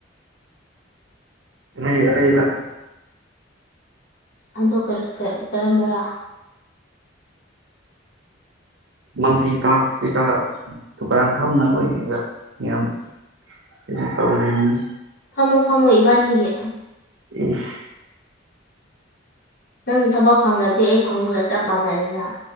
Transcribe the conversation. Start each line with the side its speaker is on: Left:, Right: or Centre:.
Right: ꯑꯔꯩ ꯑꯔꯩꯕ
Left: ꯑꯗꯣ ꯀꯔ ꯀ ꯀꯔꯝꯕꯔꯥ
Right: ꯃꯜꯇꯤ ꯇꯥꯛꯁ <unintelligible> ꯗꯨꯀꯥꯟ ꯐꯝꯅꯕꯩꯒ ꯌꯥꯝ ꯀꯩꯅꯣ ꯇꯧꯔꯤꯅꯤ
Left: ꯐꯝꯃꯣ ꯐꯝꯃꯣ ꯏꯕꯥꯅꯤꯒꯤ
Right: ꯏꯁ
Left: ꯅꯪ ꯊꯕꯛ ꯐꯪꯉꯗꯤ ꯑꯩ ꯐꯪꯕꯒ ꯆꯞ ꯃꯥꯟꯅꯔꯦꯅ